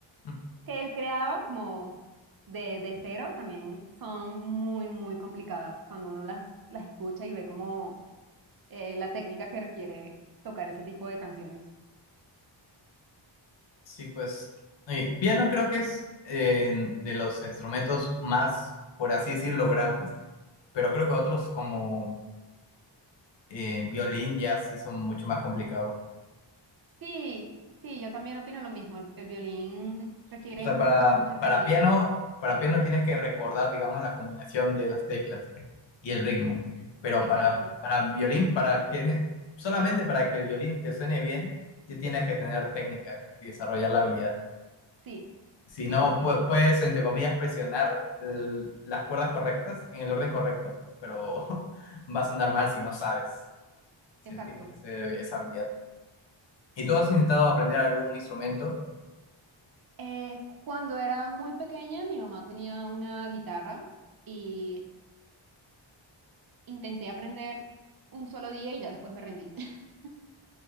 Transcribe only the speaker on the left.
Mm,
Sí, pues. eh, piano creo que es eh, de los instrumentos más, por así decir, logrables. Pero creo que otros como eh, violín ya sí son mucho más complicados.
O sea,
para,
para piano, para piano tienes que recordar, digamos, la combinación de las teclas y el
ritmo. Pero
para, para violín, para que solamente para que el violín te suene bien, sí tienes que tener técnica y desarrollar la habilidad.
Si
no,
pu- puedes, entre comillas, presionar el- las cuerdas correctas en el orden correcto, pero <laughs> vas a andar mal si no sabes, si
no tienes ese- esa habilidad. ¿Y
tú
has
intentado aprender algún instrumento?